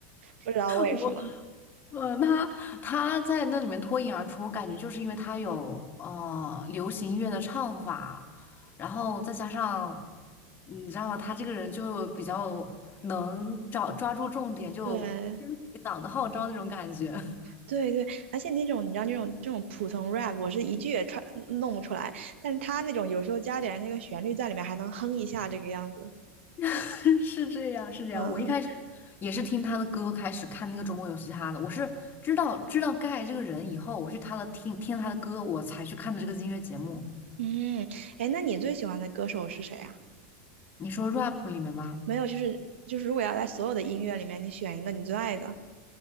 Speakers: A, on the right; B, on the left.
A: 不知道为什么。
B: 我，呃，他他在那里面脱颖而出，我感觉就是因为他有呃流行音乐的唱法，然后再加上你知道吗？他这个人就比较能找抓住重点，就跟随党的号召那种感觉。
A: 对
B: <laughs>
A: 对对，而且那种你知道那种这种普通 rap，我是一句也唱弄不出来，但是他那种有时候加点那个旋律在里面，还能哼一下这个样子。
B: <laughs> 是这样，是这样。
A: 嗯，
B: 我一开始也是听他的歌开始看那个《中国有嘻哈》的，我是知道知道盖这个人以后，我去他的听听他的歌，我才去看的这个音乐节目。
A: 嗯，哎，那你最喜欢的歌手是谁啊？
B: 你说 rap 里面吗？
A: 没有，就是就是，如果要在所有的音乐里面，你选一个你最爱的，